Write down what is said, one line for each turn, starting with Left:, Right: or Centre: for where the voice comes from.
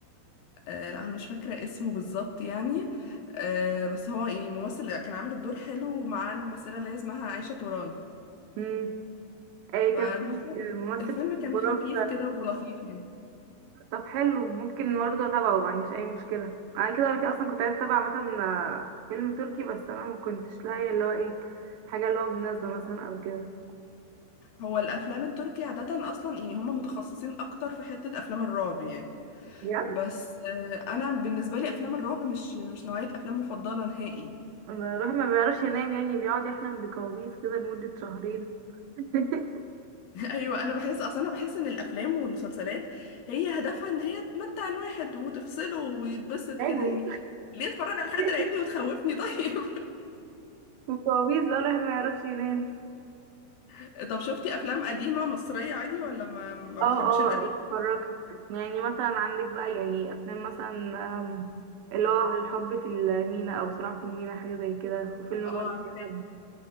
Left: آه، لا انا مش فاكره اسمه بالظبط يعني آه، بس هو يعني ممثل كان عامل الدور حلو مع الممثله اللي هي اسمها عائشه توران
Right: امم اي
Left: فالمسلسل
Right: كان في آه، ممثل
Left: الفيلم
Right: اسمه
Left: كان
Right: براك
Left: خفيف كده ولطيف يعني
Right: طب حلو ممكن برضه اتابعه ما عنديش اي مشكله انا كده ولا كده اصلا كنت عايزه اتابع مثلا فيلم تركي بس انا ما كنتش لاقيه اللي هو ايه حاجه اللي هو مناسبه مثلا او كده
Left: هو الافلام التركي عاده اصلا يعني هم متخصصين اكتر في حته افلام الرعب يعني
Right: بجد
Left: بس آه، انا بالنسبه لي افلام الرعب مش مش نوعيه افلام مفضله نهائي
Right: انا روحي ما بيعرفش ينام يعني بيقعد يحلم بكوابيس كده لمده شهرين <laughs>
Left: <laughs> ايوه انا بحس اصلا انا بحس ان الافلام والمسلسلات هي هدفها ان هي تمتع الواحد وتفصله ويتبسط
Right: تعبوا
Left: كده يعني ليه اتفرج على حاجه
Right: <laughs>
Left: ترعبني وتخوفني طيب
Right: وكوابيس بقى الواحد ما يعرفش ينام
Left: <laughs> طب شفتي افلام قديمه مصريه عادي ولا ما ما
Right: اه
Left: بتحبيش
Right: اه
Left: القديم
Right: اتفرجت يعني مثلا عندك بقى يعني افلام مثلا آم، اللي هو الحب في المينا او صراع في المينا حاجه زي كده وفيلم
Left: اه
Right: برضه كده